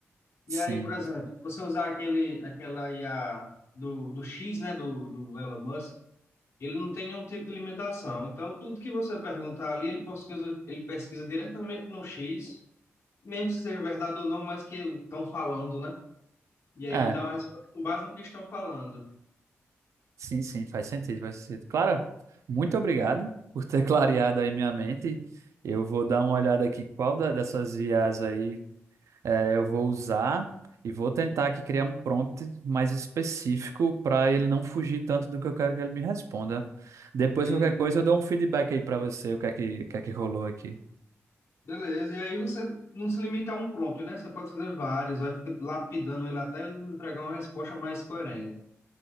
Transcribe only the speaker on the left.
E
aí, por exemplo, você usar aquele, aquela IA do, do X, né? Do, do Elon Musk, ele não tem nenhum tipo de limitação. Então, tudo que você perguntar ali, ele pesquisa, ele pesquisa diretamente no X, mesmo que seja verdade ou não, mas que estão falando, né? E aí
ele dá uma resposta com base no que estão falando.
E
beleza, e aí você não se limita a um prompt, né? Você pode fazer vários, vai ficar lapidando ele até ele entregar uma resposta mais coerente.